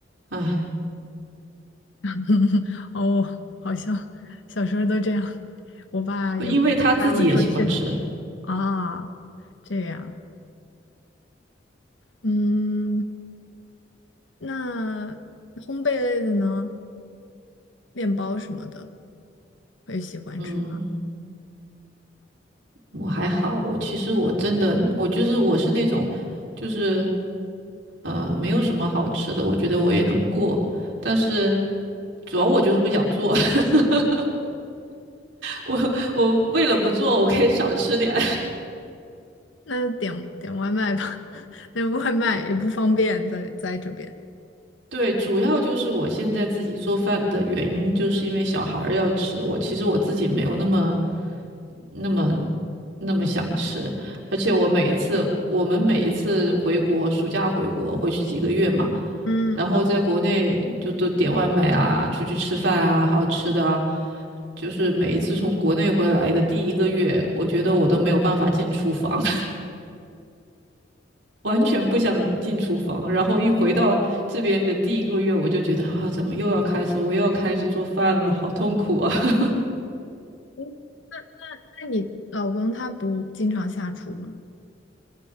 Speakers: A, on the right; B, on the left.
A: 啊，
B: <laughs> 哦，好像小时候都这样，我爸也会
A: 因为他自己也喜欢吃。
B: <laughs> 带我出去。<laughs> 啊，这样，嗯，那烘焙类的呢，面包什么的，我也喜欢吃。
A: 嗯，我还好，我其实我真的，我就是我是那种，就是呃，没有什么好吃的，我觉得我也能过，但是主要我就是不想做。<laughs> 我我为了不做，我可以少吃点。
B: 那点点外卖吧，<laughs> 那外卖也不方便在在这边。
A: <laughs> 对，主要就是我现在自己做饭的原因，就是因为小孩儿要吃。我其实我自己没有那么、那么、那么想吃，而且我每一次，我们每一次回国，暑假回国回去几个月嘛，
B: 嗯
A: 然后在国内就都点外卖啊，出去吃饭啊，还有吃的啊，就是每一次从国内回来的第一个月，我觉得我都没有办法进厨房。完全不想进厨房，然后一回到这边的第一个月，我就觉得啊，怎么又要开始，我又要开始做饭了，好痛苦啊！<laughs>
B: 嗯那那你老公他不经常下厨吗？